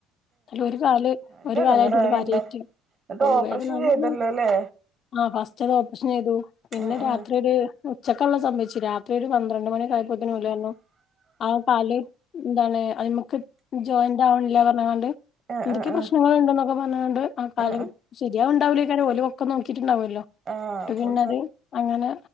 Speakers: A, on the left; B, on the right.
A: അല്ല ഒരു കാല്
B: നല്ല
A: ഒരു
B: എടങ്ങേറായിണ്ടാവും
A: കാലയിട്ടുള്ള <unintelligible>
B: എന്നിട്ട്
A: ഓ
B: ഓപ്പറേഷൻ
A: വേദന <unintelligible>
B: ചെയ്തല്ലോല്ലേ
A: ആ ഫസ്റ്റ് അത് ഓപ്പറേഷൻ ചെയ്തു, പിന്നെ
B: ഉം
A: രാത്രി
B: ഉം
A: ഒര് മ് ഉച്ചക്കെള്ള സംഭവിച്ചു രാത്രി ഒരു പന്ത്രണ്ട് മണിയൊക്കെ ആയപ്പോത്തെനു <unintelligible> ആ കാല് എന്താണ് അത് മ്മക്ക് ജോയിന്റ് ആവണില്ല പറഞ്ഞണ്ട്.
B: ആഹ്
A: എന്തൊക്കെ
B: ആഹ് ആഹ്
A: പ്രശ്നങ്ങൾ ഇണ്ടന്നൊക്കെ പറഞ്ഞത് കൊണ്ട് ആ കാലം
B: ആഹ്
A: ശരിയാവണ്ടാവില്ലോക്ക ഓലും പൊക്കം നോക്കിട്ടുണ്ടാവുല്ലോ.
B: ആഹ്
A: പിന്നെ
B: കൊഴസ
A: അത് അങ്ങനെ